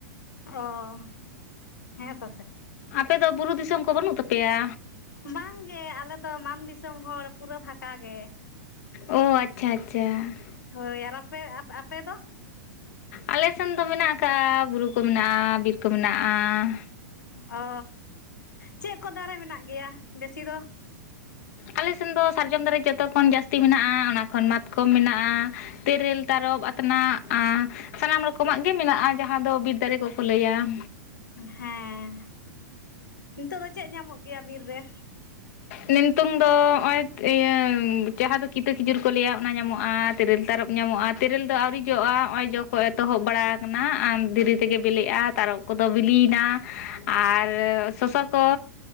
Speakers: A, on the left; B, on the left.
A: ᱚ ᱦᱮᱸ ᱛᱚ ᱥᱮ ᱾
B: ᱟᱯᱮ ᱫᱚ ᱵᱩᱨᱩ ᱫᱤᱥᱚᱢ ᱠᱚ ᱵᱟᱹᱱᱩᱜ ᱛᱟᱯᱮᱭᱟ?
A: ᱵᱟᱝ ᱜᱮ ᱟᱞᱮ ᱫᱚ ᱢᱟᱱ ᱫᱤᱥᱚᱢ ᱦᱚᱲ ᱯᱩᱨᱟᱹ ᱵᱷᱟᱸᱴᱟ ᱜᱮ ᱾
B: ᱚ ᱟᱪᱪᱷᱟ ᱟᱪᱪᱷᱟ ᱾
A: ᱦᱳᱭ ᱟᱨ ᱟᱯᱮ ᱟᱯᱮ ᱫᱚ?
B: ᱟᱞᱮ ᱥᱮᱱ ᱫᱚ ᱢᱮᱱᱟᱜ ᱠᱟᱜᱼᱟ, ᱵᱩᱨᱩ ᱠᱚ ᱢᱮᱱᱟᱜᱼᱟ, ᱵᱤᱨ ᱠᱚ ᱢᱮᱱᱟᱜ ᱾
A: ᱚ ᱪᱮᱫ ᱠᱚ ᱫᱟᱨᱮ ᱢᱮᱱᱟᱜ ᱜᱮᱭᱟ ᱵᱮᱥᱤ ᱫᱚ?
B: ᱟᱞᱮ ᱥᱮᱱ ᱫᱚ ᱥᱟᱨᱡᱚᱢ ᱫᱟᱨᱮ ᱡᱚᱛᱚ ᱠᱷᱚᱱ ᱡᱟᱹᱥᱛᱤ ᱢᱮᱱᱟᱜᱼᱟ, ᱚᱱᱟ ᱠᱷᱚᱱ ᱢᱟᱛᱠᱚᱢ ᱢᱮᱱᱟᱜᱼᱟ ᱾ ᱛᱮᱨᱮᱞ ᱛᱟᱨᱚᱯ ᱟᱛᱱᱟᱜᱼᱼ ᱟᱨ ᱥᱟᱱᱟᱢ ᱨᱚᱠᱚᱢᱟᱜ ᱜᱮ ᱢᱮᱱᱟᱜᱼᱟ, ᱡᱟᱦᱟᱸ ᱫᱚ ᱵᱤᱨ ᱫᱟᱨᱮ ᱠᱚᱠᱚ ᱞᱟᱹᱭᱟ ᱾
A: ᱦᱮᱸ, ᱱᱤᱛᱚᱜ ᱫᱚ ᱪᱮᱫ ᱧᱟᱢᱚᱜ ᱜᱮᱭᱟ ᱵᱤᱨ ᱨᱮ?
B: ᱱᱤᱛᱚᱝ ᱫᱚ ᱱᱚᱜᱼᱚᱭ ᱤᱭᱟᱹ ᱡᱟᱦᱟᱸ ᱫᱚ ᱠᱤᱛᱟᱹ ᱠᱷᱤᱡᱩᱨ ᱠᱚ ᱞᱟᱹᱭᱟ ᱚᱱᱟ ᱧᱟᱢᱚᱜᱼᱟ ᱾ ᱛᱮᱨᱮᱞ ᱛᱟᱨᱚᱯ ᱧᱟᱢᱚᱜᱼᱟ, ᱛᱮᱨᱮᱞ ᱫᱚ ᱟᱹᱣᱨᱤ ᱡᱚᱜᱼᱟ ᱱᱚᱜᱼᱚᱭ ᱡᱚ ᱠᱚ ᱮᱛᱚᱦᱚᱵ ᱵᱟᱲᱟ ᱟᱠᱟᱱᱟ, ᱟᱢ ᱫᱤᱨᱤ ᱛᱮᱜᱮ ᱵᱤᱞᱤᱜᱼᱟ ᱛᱟᱨᱚᱯᱼᱼ ᱠᱚᱫᱚ ᱵᱤᱞᱤᱭᱮᱱᱟ ᱟᱨ ᱥᱚᱥᱚ ᱠᱚ